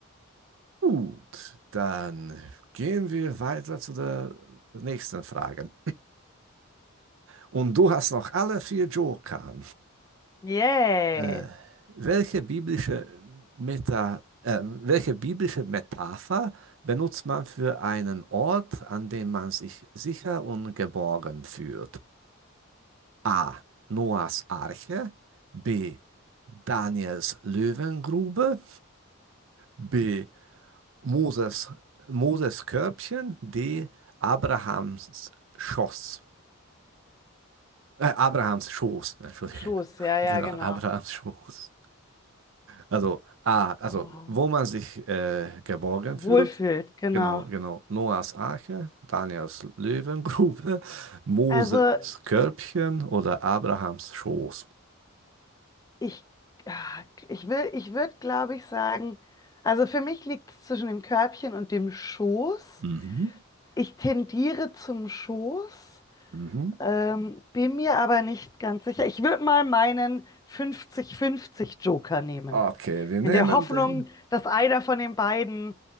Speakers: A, on the right; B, on the left.
A: Gut, dann gehen wir weiter zu der nächsten Frage. Und du hast noch alle vier Joker.
B: Yay.
A: Äh, <laughs> welche biblische Meta, äh, welche biblische Metapher benutzt man für einen Ort, an dem man sich sicher und geborgen fühlt? A. Noahs Arche. B. Daniels Löwengrube. B. Moses, Moses Körbchen, D. Abrahams Schoß. Äh, Abrahams Schoß, Entschuldige.
B: Schoß,
A: <laughs>
B: ja, ja,
A: Genau,
B: genau.
A: Abrahams Schoß. Also A, also
B: Oh,
A: wo man sich äh, geborgen
B: wohlfühlt,
A: fühlt.
B: genau.
A: Genau, genau. Noahs Arche, Daniels Löwengrube, <laughs> Moses
B: Also
A: Körbchen oder Abrahams Schoß.
B: ich, ah, ich will, ich würde, glaube ich, sagen, also für mich liegt es zwischen dem Körbchen und dem Schoß.
A: Mhm.
B: Ich tendiere zum Schoß.
A: Mhm.
B: Ähm, bin mir aber nicht ganz sicher. Ich würde mal meinen 50-50 Joker nehmen.
A: Okay, wir
B: In
A: nehmen
B: der Hoffnung,
A: den.
B: dass einer von den beiden,